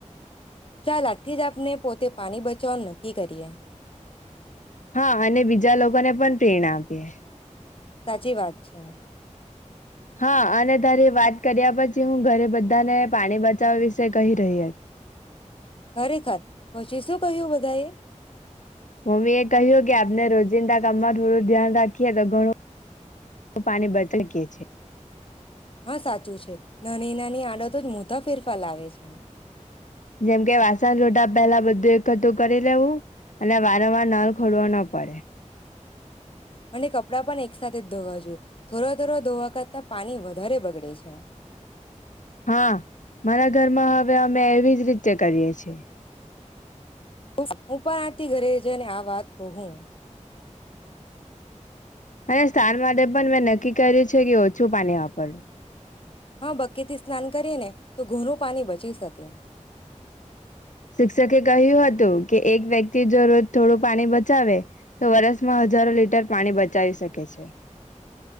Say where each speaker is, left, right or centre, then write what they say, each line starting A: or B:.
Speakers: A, on the left (about 45°); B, on the left (about 75°).
A: ચાલ આજથી જ આપને પોતે પાણી બચાવવાનું ન નક્કી કરીયે.
B: હા અને બીજા લોકોને પણ પ્રેરણા આપીયે.
A: સાચી વાત છે.
B: હા અને તારી વાત કર્યા પછી હું ઘરે બધાને પાણી બચાવવા વિશે કહી રહ્યા છ.
A: ખરેખર પછી શું કહ્યું બધા એ.
B: મમ્મી એ કહ્યું કે આપને રોજિંદા કામમાં થોડું ધ્યાન રાખીએ તો ઘણું પાણી બચ છે.
A: હા સાચું છે નાની નાની આડત તો જ મોટા ફેરફાર લાગે છે.
B: જેમકે વાસણ ધોતા પહેલા બધું એકઠું કરી લેવું અને વારંવાર નળ ખોલવો ન પડે.
A: અને કપડાં પણ એક સાથેથે જ ધોવા જોઈએ. થોડા થોડા ધોવા કરતા પાણી વધારે બગડે છે.
B: હા મારા ઘરમાં. હવે અમે એવી જ રીતે કરીએ છીએ.
A: હું પણ આતી ઘરે છે ને આ વાત. કહું.
B: અને સ્થાન માટે પણ મેં નક્કી કર્યું છે કે ઓછું પાણી વાપરવું.
A: હા બક્કીથી સ્નાન કરીએ ને તો ઘોનું પાણી બચી શકે.
B: શિક્ષકે કહ્યું હતું કે એક વ્યક્તિ જો રોજ થોડું પાણી બચાવે તો વરષમાં હજારો લીટર પાણી બચાવી શકે છે.